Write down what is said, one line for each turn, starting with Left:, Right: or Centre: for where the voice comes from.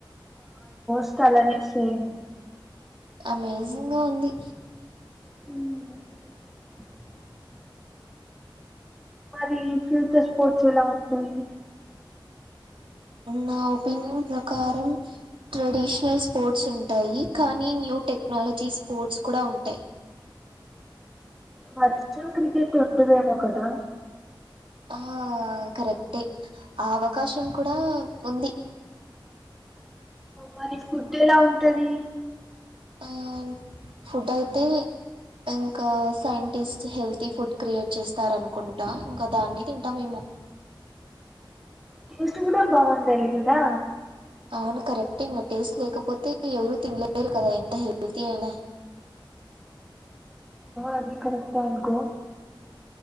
Centre: చ్చలనే సేమ్
Right: అమేజింగ్ గా ఉంది
Centre: హ్ మరి ఫ్యూచర్ స్పోర్ట్స్ ఎలా ఉంటాయి
Right: నా ఒపీనియన్ ప్రకారం ట్రెడిషనల్ స్పోర్ట్స్ ఉంటాయి కానీ న్యూ టెక్నాలజీ పోర్ట్స్ కూడా ఉంటాయి
Centre: ఫస్ట్ క్రికెట్ ఉండా దేమో కదా
Right: ఆ కరెక్టే ఆ అవకాశం కూడా ఉంది
Centre: మరి ఫుడ్ ఎలా ఉంటది
Right: ఆ ఫుడ్ అయితే ఇంకా సైంటిస్ట్ హెల్తీ ఫుడ్ క్రియేట్ చేస్తారనుకుంటా ఇంకా దాన్ని తింటా మేము
Centre: టేస్ట్ కూడా బాగుండాలి కదా
Right: అవును కరెక్టే ఇంకా టేస్ట్ లేకపోతే ఎవరూ తినలేరు కదా ఎంత హెల్తీ అయినా
Centre: అది కరెక్టే అనుకో